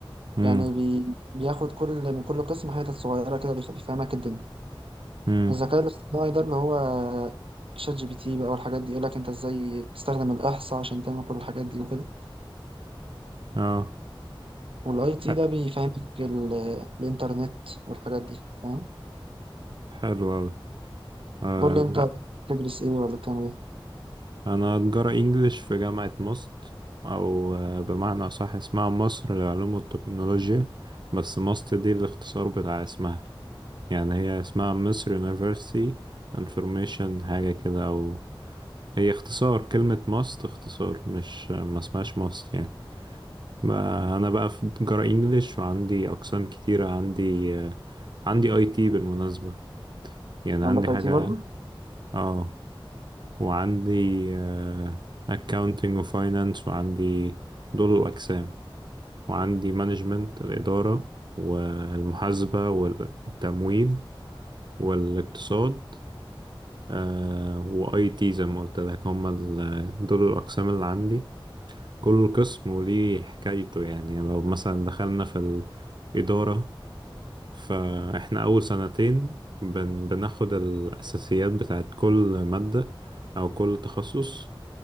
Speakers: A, on the right; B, on the right.
A: امم
B: يعني بي... بياخد كل من كل قسم حتت صغيرة كده بيخ- بيفهمك الدنيا
A: امم
B: الذكاء الاصطناعي ده اللي هو شات جي بي تي بقى والحاجات دي يقولك انت ازاي بتستخدم الاحصاء عشان تعمل كل الحاجات دي وكده
A: اه
B: والاي تي
A: ح-
B: ده بيفهمك ال- الانترنت والحاجات دي فاهم
A: حلو اوي آه
B: قول لي انت
A: لا
B: بتدرس ايه ولا بتعمل ايه
A: انا تجارة انجليش في جامعة ماست او آه، بمعنى اصح اسمها مصر للعلوم والتكنولوجيا بس ماست دي الاختصار بتاع اسمها يعني هي اسمها مصر University Information حاجة كده او هي اختصار كلمة ماست اختصار مش ما اسمهاش ماست يعني ما
B: آه،
A: انا بقى في جرا انجليش وعندي اقسام كتيرة عندي آه، عندي اي تي بالمناسبة يعني
B: عندك
A: عندي حاجة
B: اي تي برضه
A: اه وعندي اكاونتنج وفاينانس وعندي دول الاقسام وعندي مانجمنت الإدارة والمحاسبة والتمويل والاقتصاد آه واي تي زي ما قلت لك هم ال- دول الاقسام اللي عندي كل قسم وليه حكايته يعني لو مثلا دخلنا في الإدارة فإحنا أول سنتين بن بناخد الأساسيات بتاعت كل مادة أو كل تخصص